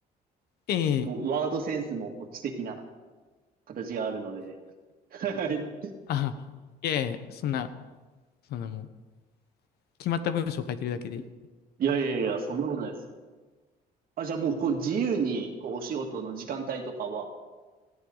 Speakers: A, on the left; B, on the right.
A: ええ
B: こう、ワードセンスもこう知的な形があるので。はい。
A: あ、いやいや、そんな、そんなもう、決まった文章を書いてるだけで。
B: いやいやいや、そんなことないです。あ、じゃあもう、こう、自由に、こう、お仕事の時間帯とかは